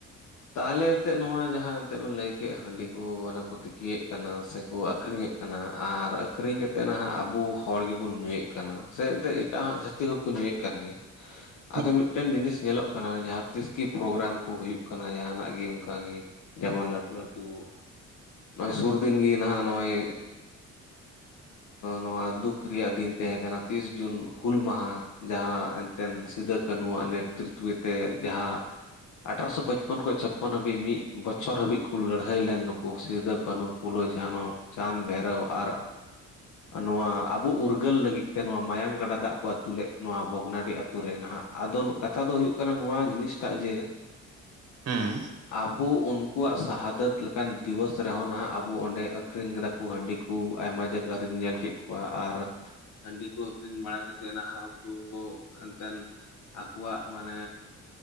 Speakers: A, on the left (about 75°); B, on the right (about 55°).
A: ᱛᱟᱦᱚᱞᱮ ᱮᱱᱛᱮᱜ ᱱᱚᱣᱟ ᱡᱟᱦᱟᱸ ᱮᱱᱛᱮᱜ ᱵᱮᱱ ᱞᱟᱹᱭ ᱠᱮᱜ ᱦᱟᱺᱰᱤ ᱠᱚ ᱚᱱᱟ ᱠᱚ ᱛᱤᱠᱤᱭᱮᱜ ᱠᱟᱱᱟ ᱥᱮ ᱠᱚ ᱟᱹᱠᱷᱨᱤᱧᱮᱜ ᱠᱟᱱᱟ ᱟᱨ ᱟᱹᱠᱷᱨᱤᱧ ᱠᱟᱛᱮᱫ ᱱᱟᱦᱟᱜ ᱟᱵᱚ ᱦᱚᱲ ᱜᱮᱵᱚᱱ ᱧᱩᱭᱮᱜ ᱠᱟᱱᱟ ᱥᱮ ᱮᱱᱛᱮᱜ ᱮᱴᱟᱜ ᱦᱚᱸ ᱡᱷᱟᱹᱛᱤ ᱠᱚᱠᱚ ᱧᱩᱭᱮᱜ ᱠᱟᱱ ᱜᱮᱭᱟ
B: <inaudible>
A: ᱟᱫᱚ ᱢᱤᱫ ᱴᱮᱱ ᱡᱤᱱᱤᱥ ᱧᱮᱞᱚᱜ ᱠᱟᱱᱟ ᱡᱟᱦᱟᱸ ᱛᱤᱥ ᱠᱤ ᱯᱨᱳᱜᱽᱨᱟᱢ ᱠᱚ ᱦᱩᱭᱩᱜ ᱠᱟᱱᱟ ᱡᱟᱦᱟᱱᱟᱜ ᱜᱮ ᱚᱱᱠᱟ ᱜᱮ ᱡᱮᱢᱚᱱ ᱞᱟᱹᱴᱩ ᱞᱟᱹᱴᱩ ᱱᱚᱜᱼᱚᱭ ᱥᱩᱨ ᱫᱤᱱ ᱜᱮ ᱱᱟᱦᱟᱜ ᱱᱚᱜᱼᱚᱭ ᱱᱚᱣᱟ ᱫᱩᱠ ᱨᱮᱭᱟᱜ ᱫᱤᱱ ᱛᱮᱦᱮᱸ ᱠᱟᱱᱟ ᱛᱤᱨᱤᱥ ᱡᱩᱱ ᱦᱩᱞ ᱢᱟᱦᱟ, ᱡᱟᱦᱟᱸ ᱮᱱᱛᱮᱫ ᱥᱤᱫᱩ ᱠᱟᱱᱦᱩᱣᱟᱜ ᱱᱮᱛᱨᱤᱛᱚᱛᱮ ᱡᱟᱦᱟᱸ ᱟᱴᱨᱚᱥᱚ ᱯᱟᱸᱪᱯᱚᱱ, ᱯᱟᱪᱯᱚᱱ ᱠᱷᱚᱱ ᱪᱷᱟᱯᱟᱱ ᱦᱟᱹᱵᱤᱡ᱾ ᱢᱤᱫ ᱵᱚᱪᱷᱚᱨ ᱦᱟᱹᱵᱤᱡ ᱠᱚ ᱞᱟᱹᱲᱦᱟᱹᱭ ᱞᱮᱱ ᱱᱩᱠᱩ ᱥᱤᱫᱩᱼ ᱠᱟᱹᱱᱦᱩ, ᱯᱷᱩᱞᱳ ᱡᱷᱟᱱᱚ᱾ ᱪᱟᱸᱫᱽ ᱵᱷᱣᱨᱚᱵ ᱟᱨ,
B: <inaudible>
A: ᱱᱚᱣᱟ ᱟᱵᱚ ᱩᱨᱜᱟᱹᱞ ᱞᱟᱹᱜᱤᱫ, ᱛᱮ ᱱᱚᱣᱟ ᱢᱟᱭᱟᱝ ᱜᱟᱰᱟ ᱫᱟᱜ ᱠᱚ ᱟᱹᱛᱩ ᱞᱮᱫ, ᱱᱚᱣᱟ ᱵᱷᱜᱽᱱᱟᱰᱤ ᱟᱛᱳ ᱨᱮ ᱱᱟᱦᱟᱜ ᱟᱫᱚ ᱠᱟᱛᱷᱟ ᱫᱚ ᱦᱩᱭᱩᱜ ᱠᱟᱱᱟ ᱱᱚᱣᱟ ᱡᱤᱱᱤᱥ, ᱮᱴᱟᱜ ᱡᱮ
B: ᱦᱮᱸ
A: ᱟᱵᱚ ᱩᱱᱠᱩᱣᱟᱜ ᱥᱟᱦᱟᱫᱚᱛ ᱞᱮᱠᱟᱱ ᱫᱤᱣᱚᱥ ᱨᱮᱦᱚᱸ ᱱᱟᱦᱟᱜ ᱟᱵᱚ ᱚᱸᱰᱮ ᱟᱹᱠᱷᱨᱤᱧ ᱮᱫᱟ ᱾ ᱠᱩ ᱦᱟᱺᱰᱤ ᱠᱚ ᱟᱭᱢᱟ ᱡᱟᱭᱜᱟ ᱨᱤᱧ ᱧᱮᱞ ᱠᱮᱫ ᱠᱚᱣᱟ ᱟᱨ, ᱦᱟᱺᱰᱤ ᱠᱚ ᱟᱹᱠᱷᱨᱤᱧ ᱵᱟᱲᱟ ᱠᱟᱛᱮᱫ ᱱᱟᱦᱟᱜ ᱩᱱᱠᱩ ᱮᱱᱛᱮᱱ, ᱟᱠᱚᱣᱟᱜ ᱢᱟᱱᱮ